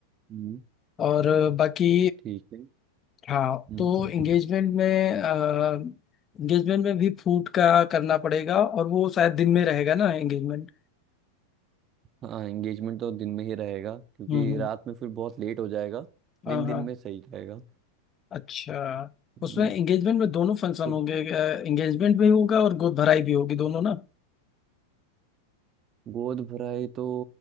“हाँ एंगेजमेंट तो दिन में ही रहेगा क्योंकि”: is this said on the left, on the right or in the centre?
Right